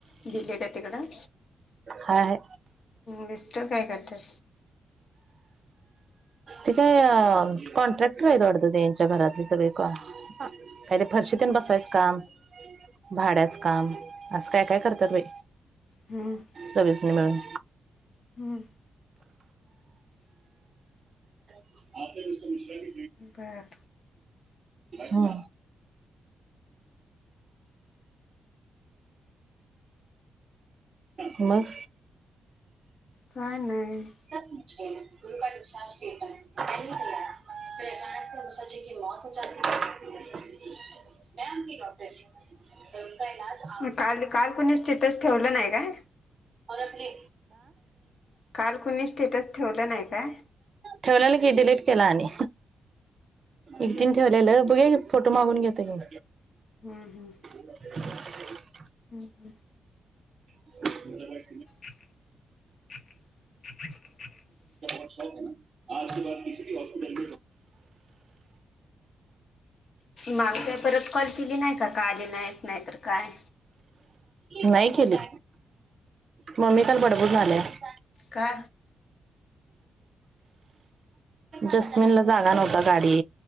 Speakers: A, on the left; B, on the right.
A: दिलेलं आहे तिकडं.
B: हाय हाय
A: मीस्टर काय करत्यात.
B: ते‌ काय, कॉन्ट्रॅक्टर आहे वाटत. त्यांच्या घरातली सगळी काम, काही ते फरशीतन बसवायचं काम. भाड्याच काम असं काय काय करत्यात बाई
A: हम्म
B: सगळीच मिळून.
A: हम्म
B: <unintelligible>
A: बर
B: हो मग
A: काय नाही
B: मग तीला सांगितले हायन प्रत्येक य उसाचे धे मत वीचरल की नाही मॅम की डॉक्टर झमतयन आज
A: काल काल कुणी स्टटच ठेवलं नाही काय
B: आपश
A: काल कुणी स्टेटस ठेवलं नाही काय
B: ठेवलेलं की डिलीट केला आणि
A: हम्म
B: एकटन ठेवलेलं बघ फोटो मागून घेतता घेऊन
A: हम्म हम्म
B: ह
A: हम् हम्
B: काही तरी पडल्याचा आवाज
A: चीक ची च चक
B: अचा आहे आज क हॉस्पिटल
A: माग काही परत कॉल केली नाही का आलि नाहीच नाही तर काय
B: नाही केली मम्मीी काल बडबड झाले आहे.
A: का.
B: जस्मिन ला जागा नव्हता गाडी.